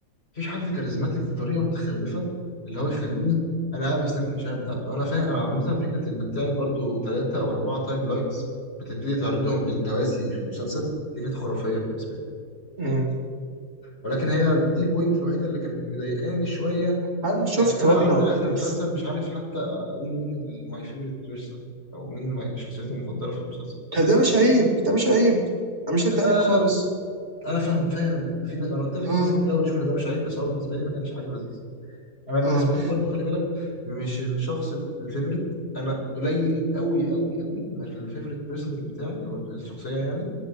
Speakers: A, on the left; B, on the right.
A: مفيش حد كاريزماتيك بطريقه متخلفه اللي هو يخليني انا قاعد مستني المشاهد بتاعته انا فاهم انا عامه فكره انك تعمل برضو ثلاثه او اربعه تايم لاينز بتبتدي تعرضهم بالتوازي في المسلسل دي كانت خرافيه بالنسبه لي
B: مم.
A: ولكن هي دي البوينت الوحيده اللي كانت مضايقاني شويه
B: هل شفت
A: يعني انا
B: راجنر
A: قعدت لاخر المسلسل مش عارف حتى اقول مين ماي فيفورت بيرسون او مين my- شخصيتي المفضله في المسلسل
B: ده ده مش عيب ده مش عيب انا مش شايف
A: آه
B: ده عيب خالص
A: انا فاهم فاهم انك في ن- انا قلت لك
B: اه
A: ناس كتير قوي بتشوف ان ده مش عيب بس هو بالنسبه لي ما كانش حاجه لذيذه انا بالنسبه
B: اه
A: لي برضو خلي بالك مش الشخص ال- الفيفوريت انا قليل قوي قوي قوي ما الفيفوريت بيرسونال بتاعي او الشخصيه يعني